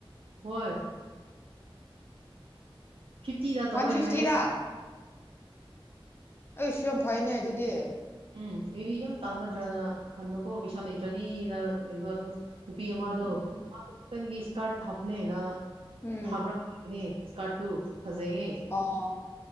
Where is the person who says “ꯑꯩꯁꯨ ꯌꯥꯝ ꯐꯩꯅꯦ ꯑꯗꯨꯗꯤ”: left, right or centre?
Left